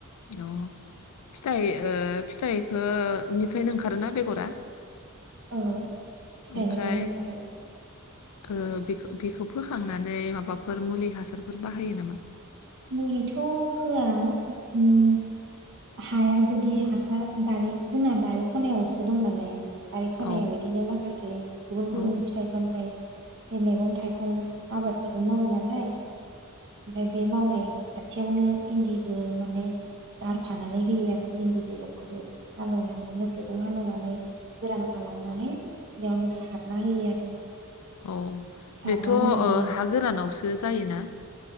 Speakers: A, on the left; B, on the right.
A: अ फिथाइ ओ फिथाइखोनिफ्रायनो ओंखारोना बेगरा?
B: औ। फिथाइनिफ्रायनो
A: ओमफ्राय
B: ओंखारो।
A: ओ बेखो बेखौ फोखांनानै माबाफोर मुलि हासारफोर बाहायो नामा?
B: मुलिथ' होआ उम हाया जुदि हासार बारि जोंना बारि खनायावसो दं नालाय। बारि खनायाव
A: औ
B: इदिनो माखासे गुबुन
A: औ
B: गुबुन फिथाइ सामथाइ बे मैगं थाइगं आबादफोरबो मावो नालाय ओमफाय बे मावनाय खाथियावनो इन्दिबो माने गारफानानै होयो आरो इन्दि बेगरखौबो हालेवनानै मोसौजों हालेवनानै गोरान खालामनानै बेयावनो सारना होयो आरो।
A: औ
B: सारना
A: बेथ' ओ
B: होनानै
A: हा गोरानावसो जायोना?